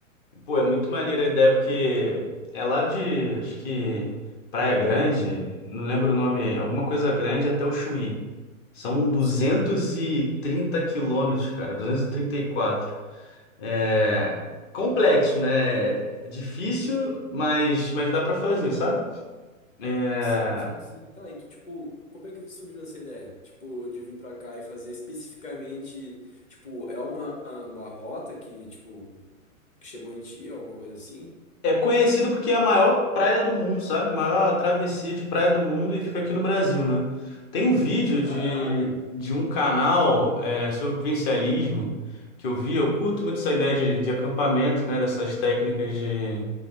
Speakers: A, on the left; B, on the left.
A: Pô, é muito maneira a ideia, porque é lá de, acho que, Praia Grande, não lembro o nome, alguma coisa grande até o Chuí. São duzentos
B: Sim,
A: e trinta quilômetros, cara, duzentos e e trinta e quatro. É complexo, né? É Difícil, mas, mas dá pra fazer, sabe? É,
B: saco, saco, sim. Tá, e tu, tipo, como é que surgiu essa ideia? Tipo, de vir pra cá e fazer especificamente, tipo, é uma, uma rota que, tipo, que chegou em ti, alguma coisa assim?
A: É conhecido porque é a maior praia do mundo, sabe? Maior travessia de praia do mundo e fica aqui no Brasil, né? Tem um vídeo
B: Caraca.
A: de, de um canal é, sobre vivencialismo que eu vi. Eu curto muito essa ideia de, de acampamento, né? Dessas técnicas de,